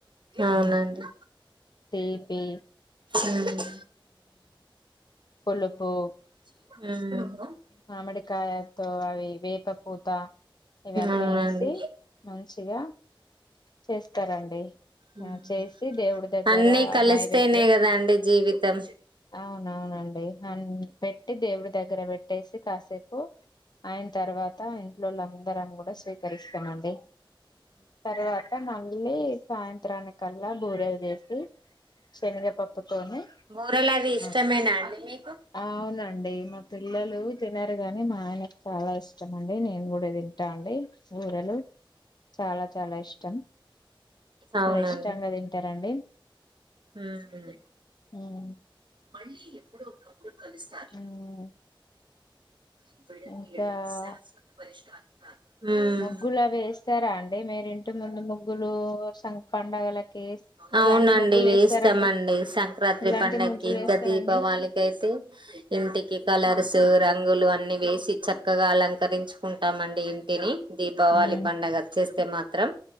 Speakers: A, on the right; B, on the left.
A: అవునండి
B: ఆ తీపి
A: ఉమ్
B: కొలుపో
A: ఉమ్
B: మామిడికాయతో అవి వేప పూత ఇవన్నీ
A: అవునండి
B: ఏసి మంచిగా చేస్తారండి
A: ఉమ్
B: ఆ చేసి దేవుడి దగ్గర
A: అన్నీ కలిస్తేనే
B: నైవేద్యం
A: కదండి జీవితం
B: అవునూ అవునండి అ పెట్టి దేవుడి దగ్గర పెట్ ట్టేసి కాసేపు అయిన తర్వాత ఇంట్లోలందరం కూడా స్వీ కరిస్తమండి తరువాత మళ్ళీ సాయంత్రానికల్లా బూరెలు చేసి శనగపప్పుతోని
A: బూరెలు అవి ఇష్టమేనా
B: అ
A: అండి మీకు
B: అవునండి మా పె పిల్లలు తినరుగాని మాయనే చాలా ఇష్ ష్టమ అండి నేను కూడా తింటా అండి బూరలు చాలా చాలా ఇష్టం
A: అవునండి
B: చాలా ఇష్టంగా తింటారండి
A: ఉమ్
B: ఉమ్,
A: మళ్ళీ ఎప్పుడు ఒక కలుసస్థాయి
B: ఉమ్,
A: అపుడే
B: ఇంకా
A: గడ సమస్యకు పరిష్కారం ఉమ్
B: ముగ్గులు అవి వేస్తారా అండి మీరు ఇంటి ముందు ముగ్గులు సం పండగలకి
A: అవునండి
B: ఎలాంటి ముగ్గులు
A: వేస్తామండి
B: వేస్తారండి
A: సంక్రాంతి
B: ఎలాంటి
A: పండగకి
B: ముగ్గులు
A: ఇంకా
B: వేస్తారండి
A: దీపావళికి అయితే ఇంటికి కలర్స్ రంగులు అన్నీ వేసి చక్కగా అలంకరించుకుంటామండి ఇంటిని దీపావళికి
B: ఉమ్
A: పండగ వచ్చేస్తే మాత్ త్రం